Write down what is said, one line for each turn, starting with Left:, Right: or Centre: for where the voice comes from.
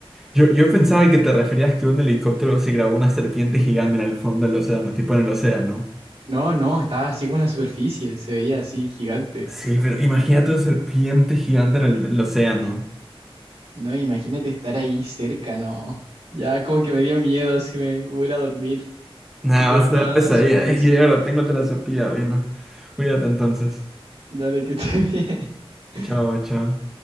Centre: Yo, yo pensaba que te referías que un helicóptero se grabó una serpiente gigante en el fondo del océano, tipo en el océano.
Right: No, no, estaba así con la superficie, se veía así gigante.
Centre: Sí, pero imagínate una serpiente gigante en el, el océano.
Right: No, imagínate estar ahí cerca, no. Ya como que me dio miedo si me, me voy a ir a dormir,
Centre: Nada,
Right: de
Centre: vas
Right: verdad
Centre: a tener pesadilla.
Right: <laughs> Ah, asustadísimo.
Centre: <laughs> ¿eh? Y ahora tengo telasofía, bien. ¿no? Cuídate entonces.
Right: Dale, que esté bien. <laughs>
Centre: Chao, chao.